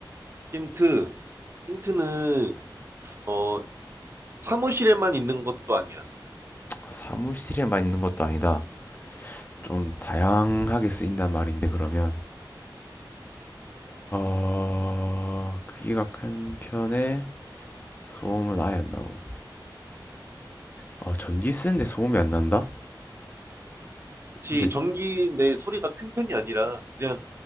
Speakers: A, on the right; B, on the left.
A: 힌트, 힌트는, 어, 사무실에만 있는 것도 아니야.
B: 사무실에만 있는 것도 아니다.
A: 음.
B: 좀 다양하게 쓰인단 말인데 그러면 어 크기가 큰 편에 소음은 아예 안 나고. 어 전기 쓰는데 소음이 안 난다?
A: 그치,
B: 근데
A: 전기 내 소리가 큰 편이 아니라 그냥